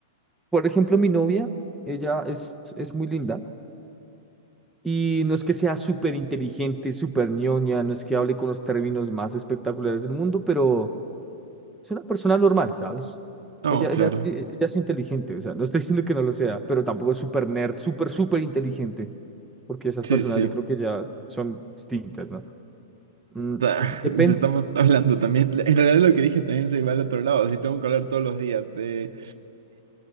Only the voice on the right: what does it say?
No,
claro.
Sí,
sí.
O sea, <laughs>
estamos hablando también. En realidad lo que dije también se va al otro lado. Si tengo que hablar todos los días de